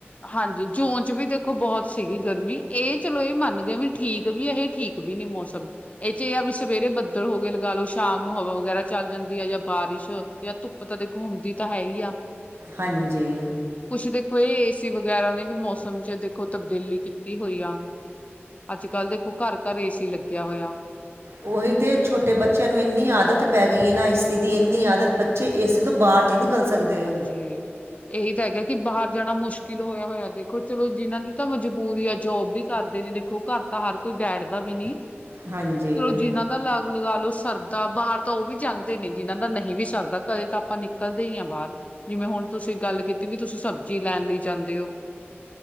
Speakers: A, on the left; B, on the right.
A: ਹਾਂਜੀ ਜੂਨ 'ਚ ਵੀ ਦੇਖ ਖੋ ਬੋਤ ਸੀਗੀ ਗਰਮੀ ਏ ਚਲੋ ਏ ਮੰਨਦੇ ਆ ਵੀ ਠੀਕ ਵੀ ਏਹ ਠੀਕ ਵੀ ਨੀ ਮੌਸਮ‌ ਏਹ 'ਚ ਆ ਵੀ ਸਵੇਰੇ ਬੱਦਲ ਹੋ ਗੇ ਲਗਾ ਲੋ ਸ਼ਾਮ ਨੂੰ ਹਵਾ ਵਗੈਰਾ ਚੱਲ ਜਾਂਦੀ ਆ ਯਾ ਬਾਰਿਸ਼ ਯਾ ਧੁੱਪ ਤਾਂ ਦੇਖੋ ਹੁੰਦੀ ਤਾਂ ਹੈ ਹੀ ਆ।
B: ਹਾਂਜੀ।
A: ਕੁਛ ਦੇਖੋ ਏ ਏਸੀ ਵਗੈਰਾ ਨੇ ਵੀ ਮੌਸਮ 'ਚ ਦੇਖੋ ਤਬਦੀਲੀ ਕੀਤੀ ਹੋਈ ਆ। ਅੱਜ-ਕੱਲ੍ਹ ਦੇਖੋ ਘਰ-ਘਰ ਏ ਸੀ ਲੱਗਿਆ ਹੋਇਆ।
B: ਓਹੀ ਤੇ ਛੋਟੇ ਬੱਚਿਆਂ ਨੂੰ ਇੰਨੀ ਆਦਤ ਪੈ ਗਈ ਏ ਨਾ ਏ ਸੀ ਦੀ ਏਨੀ ਆਦਤ ਬੱਚੇ ਏ ਸੀ ਤੋਂ ਬਾਰ ਨੀ ਨਿਕਲ ਸਕਦੇ।
A: ਜੀ। ਏਹੀ ਤਾਂ ਹੈਗਾ ਕਿ ਬਾਹਰ ਜਾਣਾ ਮੁਸ਼ਕਿਲ ਹੋਇਆ ਹੋਯਾ ਦੇਖੋ ਚਲੋ ਜਿਨਾਂ ਦੀ ਤਾਂ ਮਜਬੂਰੀ ਆ ਜੋਬ ਬੀ ਕਰਦੇ ਨੇ ਦੇਖੋ ਘਰ ਤਾਂ ਹਰ ਕੋਈ ਬੈਠਦਾ ਵੀ ਨੀ
B: ਹਾਂਜੀ
A: ਚਲੋ ਜਿਨ੍ਹਾਂ ਦਾ ਲਾਗ ਲਗਾ ਲੋ ਸਰਦਾ ਬਾਰ ਤਾਂ ਓ ਵੀ ਜਾਂਦੇ ਨੀ ਜਿਹਨਾਂ ਦਾ ਨਹੀਂ ਵੀ ਸਰਦਾ ਕਦੇ ਤਾਂ ਆਪਾਂ ਨਿਕ ਕੱਲਦੇ ਹੀ ਆ ਬਾਰ ਜਿਵੇਂ ਹੁਣ ਤੁਸੀਂ ਗੱਲ ਕੀਤੀ ਵੀ ਤੁਸੀਂ ਸਬਜ਼ੀ ਲੈਣ ਲਈ ਜਾਂਦੇ ਓ।